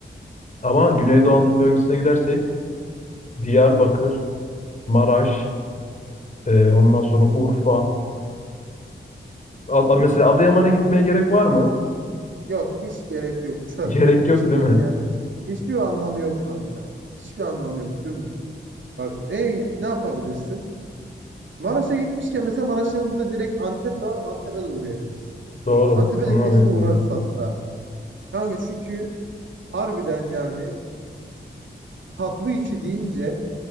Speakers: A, on the left; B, on the right.
A: Ama Güneydoğu Anadolu bölgesine gidersek Diyarbakır, Maraş, e, ondan sonra Urfa. A- mesela Adıyaman'a
B: Bak,
A: gitmeye gerek var mı?
B: Yok hiç gerek yok.
A: <laughs>
B: Çöp.
A: Gerek yok
B: Hiçbir
A: değil mi?
B: şey. Hiçbir anlamı yok kanka. Hiçbir anlamı yok. Dümdüz. Bak e, ne yapabilirsin? Maraş'a gitmişken mesela Maraş'ın yanında direkt Antep de var. Antep'e de uğrayabilirsin.
A: Doğru.
B: Antep'e
A: Onlar
B: de kesin
A: yakın.
B: uğrarız hatta. Kanka çünkü harbiden yani tatlı işi deyince